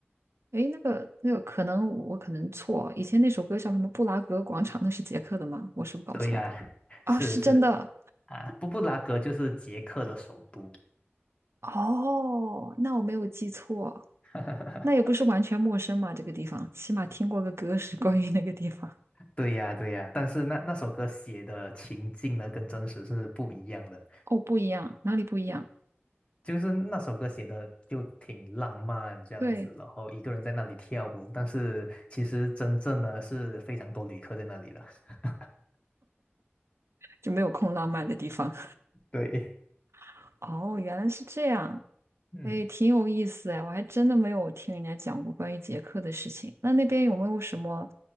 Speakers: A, on the right; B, on the left.
A: 哎，那个那个，可能我可能错，以前那首歌叫什么《布拉格广场》，那是捷克的吗？我是不是搞错？
B: 对呀，<laughs>
A: 啊、
B: 是是
A: 是真的。
B: 啊，布布拉格就是捷克的首都。
A: 哦，那我没有记错，
B: <laughs>
A: 那也不是完全陌生嘛，这个地方，起码听过个歌是关于那个地方。
B: 对呀，对呀，但是那那首歌写的情境呢，跟真实是不一样的。
A: 哦，不一样，哪里不一样？
B: 就是那首歌写的就挺浪漫这样子，
A: 对。
B: 然后一个人在那里跳舞，但是其实真正呢是非常多旅客在那里的。<laughs>
A: 就没有空浪漫的地方。
B: 对，
A: <laughs> 哦，原来是这样，
B: 嗯，
A: 哎，挺有意思哎，我还真的没有听人家讲过关于捷克的事情。那那边有没有什么